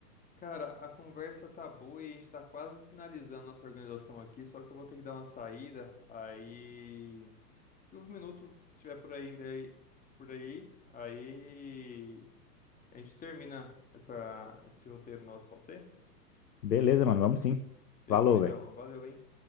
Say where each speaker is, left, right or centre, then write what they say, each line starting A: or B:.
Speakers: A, on the left; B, on the left.
A: Cara, a conversa tá boa e a gente tá quase finalizando nossa organização aqui, só que eu vou ter que dar uma saída. Aí. 15 minutos, se estiver por aí ainda aí, por aí, aí a gente termina essa, esse roteiro nosso, pode ser?
B: Beleza, mano, vamos sim.
A: Fechou
B: Falou,
A: então.
B: velho.
A: Valeu, hein?